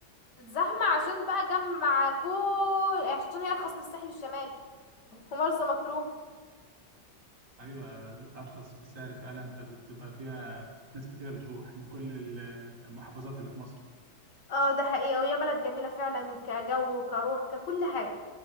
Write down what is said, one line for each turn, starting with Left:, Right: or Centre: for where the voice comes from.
Left: زحمة عشان بقى جمع كل عشان هي ارخص من الساحل الشمالي ومرسى مطروح
Right: أيوة أرخص في السعر فعلا فبتبقى فيها ناس كتيرة بتروح من كل المحافظات اللي في مصر
Left: اه ده حقيقة وهي بلد جميلة فعلا كجو وكروح ككل حاجة